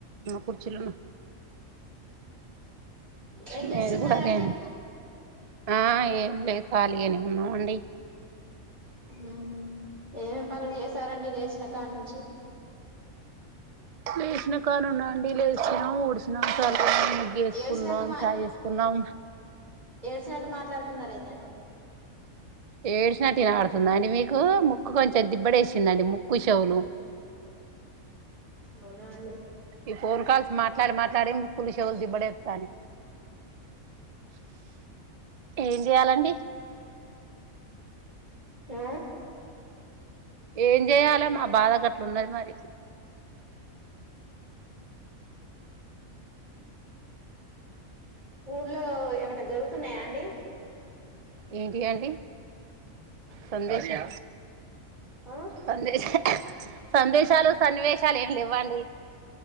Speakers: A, on the right (about 45°); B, on the right (about 30°).
A: కుర్చీలున్నా
B: ఏం చేస్తున్నారండి
A: మీది కూడా అదేనా ఆ ఏం లేదు ఖాళీగానే ఉన్నామండి
B: ఉమ్ ఏమేం పనులు చేసారండి లేషన్ కాడ నుంచి
A: లేసిన కాడ్ నుండ ఆ అండి వేసినం ఉడాసినం, చ ముగ్ ఏసుకున్నాం,
B: ఏడ్చినట్టు
A: చాయ్ ఏసుకున్నాం
B: సినట్టు మాట్లాడుతున్నారెందండి
A: ఏడ్షినట్టు ఇనావడుతుందాండి మీకు ముక్కు కొంచెం దిబ్బడెంసిదండి ముక్కు, చెవులు
B: అవునా అండి
A: ఈ ఫోన్ కాల్స్ మాట్లాడి మాట్లాడి ముక్కులు, చెవులు దిబ్బడేస్తాన్నయ్ ఏం జెయాలండి
B: ఆ
A: ఏం జెయాలె మా బాధ గట్ల ఉన్నది మరి
B: ఊర్లో ఏమన్న జరుగుతున్నాయండి
A: ఏంటి అండి సందేశం
B: ఆ
A: సందేశ సందేశాలు, సన్నివేశాలు ఏం లేవ్వండి